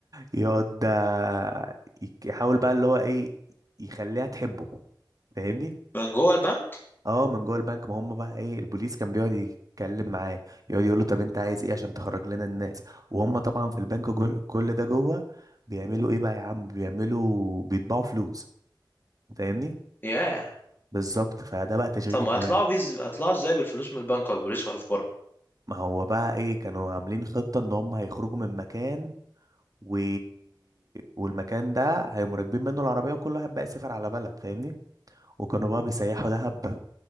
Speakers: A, on the right; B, on the left.
A: يقعد آه، يك- يحاول بقى اللي هو ايه يخليها تحبه فاهمني
B: من جوه البنك
A: اه من جوه البنك ما هم بقى ايه البوليس كان بيقعد يتكلم معاه يقعد يقول له طب انت عايز ايه عشان تخرج لنا الناس وهم طبعا في البنك جول كل ده جوه بيعملوا ايه بقى يا عم بيعملوا بيطبعوا فلوس فاهمني
B: ياه
A: بالظبط فده بقى تشغيل
B: طب
A: الدماغ
B: ما هيطلعوا بيز هيطلعوا ازاي بالفلوس من البنك والبوليس واقف بره
A: ما هو بقى ايه كانوا عاملين خطة ان هم هيخرجوا من مكان و... والمكان ده هيقوموا راكبين منه العربية وكل واحد بقى يسافر على بلد فاهمني وكانوا بقى بيسيحوا دهب